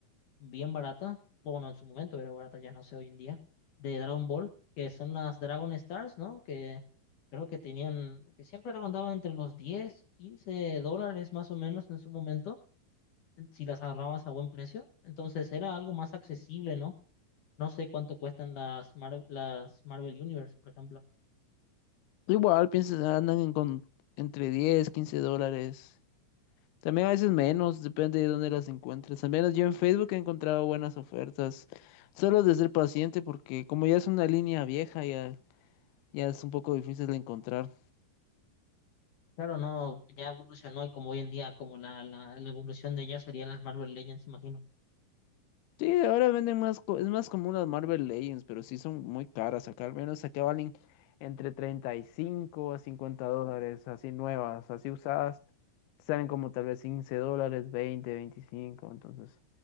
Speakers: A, on the left; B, on the left.
A: bien barata, bueno, en su momento era barata, ya no sé hoy en día, de Dragon Ball, que son las Dragon Stars, ¿no? Que creo que tenían, que siempre rondaban entre los 10 y 15 dólares más o menos en su momento, en- si las agarrabas a buen precio. Entonces era algo más accesible, ¿no? No sé cuánto cuestan las, Mar- las Marvel Universe, por ejemplo.
B: Igual, piensas, ah, andan en con, entre diez quince dólares. También a veces menos, depende de dónde las encuentres. Al menos yo en Facebook he encontrado buenas ofertas. Solo de ser paciente, porque como ya es una línea vieja, ya, ya es un poco difícil de encontrar.
A: Claro, no, ya evolucionó y como hoy en día, como la, la, la evolución de ellas serían las Marvel Legends, imagino.
B: Sí, ahora venden más, co- es más común las Marvel Legends, pero sí son muy caras. Acá al menos acá valen entre 35 a 50 dólares, así nuevas, así usadas. Salen como tal vez 15 dólares, veinte veinticinco entonces